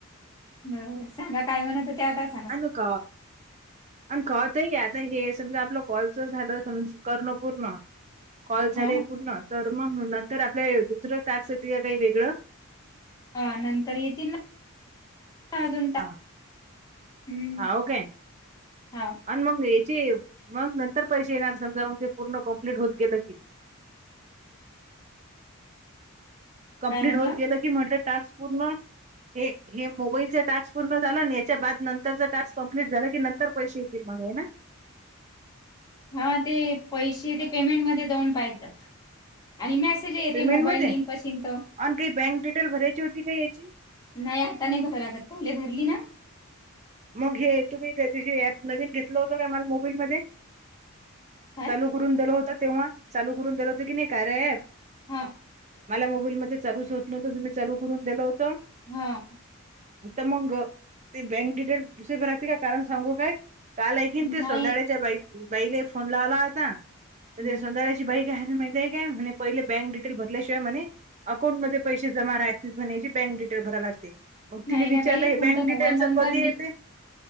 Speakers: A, on the left; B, on the right.
A: बरोबर सांगा काय म्हणातं ते आता सांग.
B: क आणि कळतय आता हे समजा आपलं कॉलच झालं समज करलो पूर्ण कॉल झाले
A: हा
B: पूर्ण. तर मग नंतर आपल्या दुसरं टास्क येत का काही वेगळं?
A: हा नंतर येतील ना अजून टा
B: हा
A: हम्म!
B: हा ओके
A: हा.
B: आणि मग याचे मग नंतर पैसे येणार समजा मग ते पूर्ण कम्प्लीट होत गेलं की? कम्प्लीट
A: काय म्हटलं?
B: होत गेलं की म्हटलं टास्क पूर्ण हे मोबाईलचा टास्क पूर्ण झाला याच्या बाद नंतरच टास्क कंप्लीट झालं की नंतर पैसे येतील मग हाय ना?
A: हा ते पैसे ते पेमेंट मध्ये जाऊन पहायच. आणि मेसेज येते
B: पेमेंट
A: मोबाईल
B: मध्ये
A: लिंक असेल तर.
B: आणि काही बँक डिटेल भरायची होती का याची?
A: नाही आता नाही भराय लागत पहिले भरली ना?
B: मग हे तुम्ही त्याच्याशी ऍप नवीन घेतला होत का मला मोबाईल मध्ये
A: काय
B: चालू करून करून दिल होत तेव्हा चालू करून दिल होत की नाही कार्या अँप
A: हा.
B: मला मोबाईल मध्ये चालूच होत नव्हतं तुम्ही चालू करून दिलं होतं.
A: हा.
B: हित मग ते बँक डिटेल दुसरे भरायचे काय कारण सांगू काय काल एका ते
A: नाही
B: सोधाळ्याच्या बा बाईला फोन लावला होता. तर
A: हम्म
B: ते सोधाळ्या बाई काय म्हणाली माहितीय काय पहिले बँक डटेल भरल्याशिवाय म्हणे अकाउंटमध्ये पैसे जमा राहतील जमा राहत नाय बँक डिटेल भरावी लागते. मग
A: नाही
B: तिने विचारलं
A: ना बाई
B: हे
A: तुमचा
B: बँक डिटेलच
A: मोबाईल नंबर
B: कधी
A: लि
B: येते